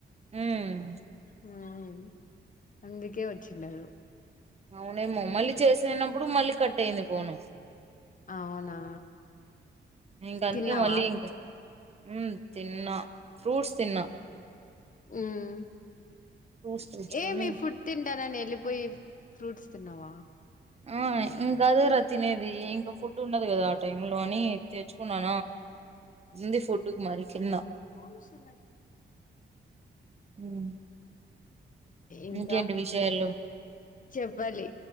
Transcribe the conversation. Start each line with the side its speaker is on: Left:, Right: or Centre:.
Right: హుమ్మ్
Left: హామ్ అందుకే వచ్చిందరు
Right: అవునమో మళ్ళీ చేసేనప్పుడు మళ్ళీ కట్ అయంది ఫోను
Left: అవునా
Right: ఇంకా అందుకే
Left: తిన్నావా
Right: మళ్ళీ ఇక్ ఉమ్మ్ తిన్నా ఫ్రూట్స్ తిన్నా
Left: ఉమ్
Right: ఫ్రూట్స్ తెచ్చుకొని
Left: ఏమి ఫుడ్ తిన్ తింటానని వెళ్ళిపోయి ఫ్రూట్స్ తిన్నావా
Right: ఆ ఇంకా అదే రా తినేది ఇంకా ఫుడ్ ఉండదు కదా ఆ టైమ్ లో అని తెచ్చుకున్న ఉంది ఫుడ్ మరి కింద
Left: హుమ్ సరే
Right: మ్మ్
Left: ఇంకా
Right: ఇంకేంటి విషయాలు
Left: చెప్పాలి